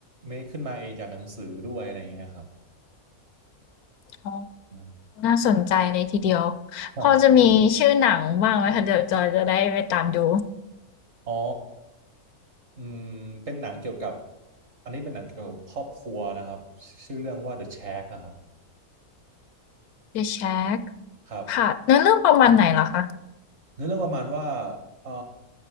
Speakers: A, on the right (about 50°); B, on the left (about 80°).
A: เมคขึ้นมาเองจากหนังสือด้วยอะไรอย่างเงี้ยครับ
B: อ๋อ
A: อ่า
B: น่าสนใจเลยทีเดียว
A: ครับ
B: พอจะมีชื่อหนังบ้างไหมคะเดี๋ยวจอยจะได้ไปตามดู
A: อ๋ออืม เป็นหนังเกี่ยวกับอันนี้เป็นหนังเกี่ยวกับครอบครัวนะครับชื่อเรื่องว่า The Shack อะครับ
B: The Shack
A: ครับ
B: ค่ะเนื้อเรื่องประมาณไหนเหรอคะ
A: เนื้อเรื่องประมาณว่าเอ่อ